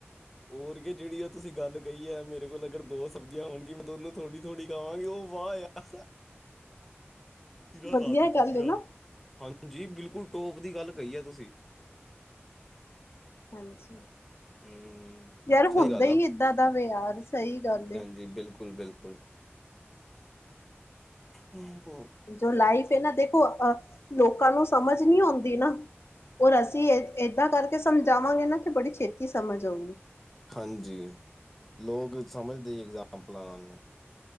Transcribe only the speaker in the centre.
ਹੋਰ ਜਿਹੜੀ ਆ ਤੁਸੀਂ ਗੱਲ ਕਹੀ ਹੈ, ਮੇਰੇ ਕੋਲ ਅਗਰ ਦੋ ਸਬਜ਼ੀਆਂ ਹੋਣਗੇ ਮੈਂ ਦੋਨੂੰ ਥੋੜ੍ਹੀ-ਥੋੜ੍ਹੀ ਖਾਵਾਂ ਗੇ, ਉਹ ਵਾਹ ਯਾਰ ਸਿਰਾ
ਲਾ ਦਿਓ
ਸਿਰਾ।
ਹਾਂਜੀ ਜੀ ਬਿਲਕੁਲ ਟੋਪ ਦੀ ਗੱਲ ਕਹੀ ਹੈ ਤੁਸੀਂ।
ਹਮ
ਸਹੀ
ਗੱਲ
ਜੀ ਬਿਲਕੁਲ-ਬਿਲਕੁਲ। ਹਮ।
ਹਾਂਜੀ, ਲੋਕ ਸਮਝਦੇ ਐਗਜ਼ਾਮਪਲਾਂ ਨਾਲ ਨੇ।